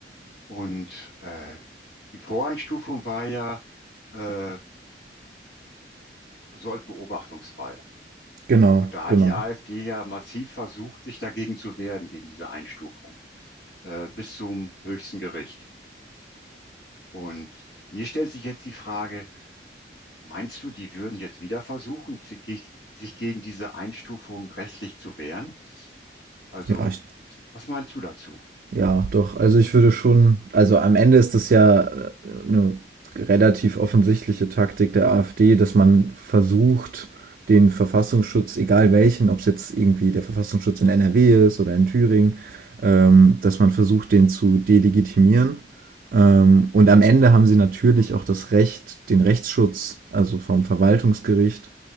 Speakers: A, on the left (about 75°); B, on the right (about 50°).
A: Und äh, die Voreinstufung war ja äh, so als Beobachtungsfall.
B: Genau,
A: Und da hat
B: genau.
A: die AfD ja massiv versucht, sich dagegen zu wehren, gegen diese Einstufung, äh, bis zum höchsten Gericht. Und mir stellt sich jetzt die Frage, meinst du, die würden jetzt wieder versuchen, sich sich gegen diese Einstufung rechtlich zu wehren? Also,
B: Ja, ich,
A: was meinst du dazu?
B: ja, doch. Also ich würde schon, also am Ende ist das ja äh, eine relativ offensichtliche Taktik der AfD, dass man versucht, den Verfassungsschutz, egal welchen, ob es jetzt irgendwie der Verfassungsschutz in NRW ist oder in Thüringen, ähm, dass man versucht, den zu delegitimieren. Ähm, und am Ende haben sie natürlich auch das Recht, den Rechtsschutz, also vom Verwaltungsgericht,